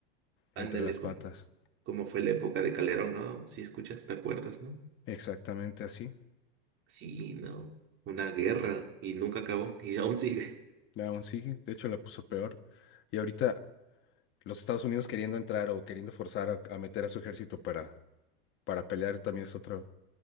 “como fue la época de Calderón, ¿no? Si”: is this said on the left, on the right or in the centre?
Right